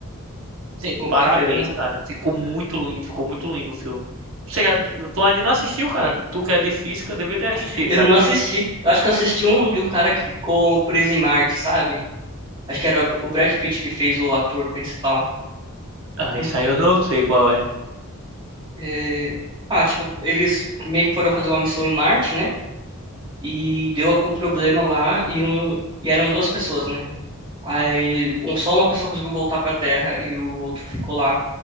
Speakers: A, on the right; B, on the right.
A: Sim,
B: Oh,
A: parabéns,
B: bacana.
A: cara. Ficou muito lindo, ficou muito lindo o filme. Você já, tu ainda não assistiu, cara? Tu que é de física, devia ter
B: <laughs>
A: assistido
B: Eu
A: já.
B: não assisti. Eu acho que eu assisti um de um cara que ficou preso em Marte, sabe? Acho que era o Brad Pitt que fez o ator principal.
A: Ah,
B: Hum,
A: isso aí eu não sei qual é.
B: É, Ah, tipo, eles meio que foram fazer uma missão em Marte, né? E deu algum problema lá e um. E eram duas pessoas, né? Aí um- só uma pessoa conseguiu voltar pra Terra e o outro ficou lá.